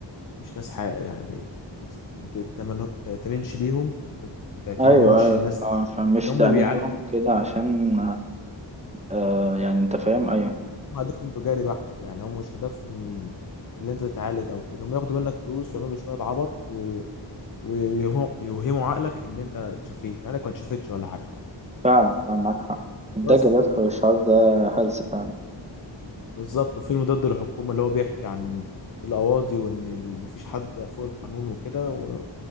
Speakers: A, on the left; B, on the right.
A: مش ناس حق يعني ما تتمنه- ما تأتمنش ليهم ما تعتبرهمش
B: ايوه ايوه
A: الناس
B: فعلا فعلا. مش
A: اللي
B: تأمن
A: هم بيعالجوا
B: لهم كده عشان آه يعني انت فاهم ايوه
A: هم هدفهم تجاري بحت يعني هم مش هدفهم اللي أنت تتعالج أو كده هم ياخدوا منك فلوس ويعملوا شوية عبط و... ويوهموا عقلك إن أنت اتشفيت مع إنك ما اتشفتش ولا حاجة
B: فعلا فعلا معاك حق الدجل
A: بس
B: يا اسطى والشعار ده هلس فعلا
A: بالظبط وفيلم ضد الحكومة اللي هو بيحكي عن القواضي وإن ال- مفيش حد فوق القانون وكده و-